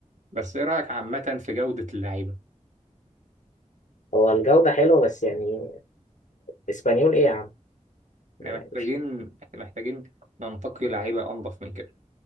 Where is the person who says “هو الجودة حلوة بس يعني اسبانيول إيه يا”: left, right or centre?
Left